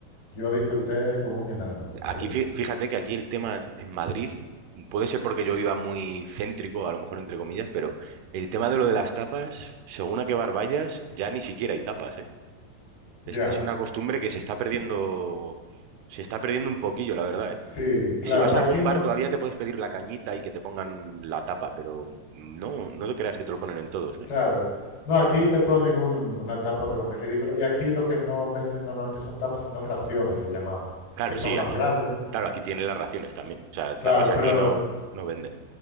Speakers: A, on the left (about 80°); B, on the right (about 85°).
A: yo disfruté como un enano, como
B: Aquí,
A: se dice.
B: fí- fíjate que aquí el tema en Madrid, puede ser porque yo iba muy céntrico, a lo mejor entre comillas, pero el tema de lo de las tapas, según a qué bar vayas, ya ni siquiera hay tapas, ¿eh? Es,
A: Ya.
B: es una costumbre que se está perdiendo, se está perdiendo un poquillo, la verdad, ¿eh?
A: Sí, claro,
B: Si vas a
A: aquí
B: algún bar
A: no,
B: todavía te puedes pedir la cañita y que te pongan la tapa, pero no, no te creas que te lo ponen en todos, ¿eh?
A: claro. No, aquí te ponen un- una tapa, pero muy ridícula. Y aquí lo que no venden normalmente son tapas, sino raciones, le llamamos,
B: Claro,
A: que son
B: sí,
A: más
B: aquí.
A: grandes.
B: Claro, aquí tienen las raciones también. O sea, tapas
A: Claro, pero
B: aquí no, no venden.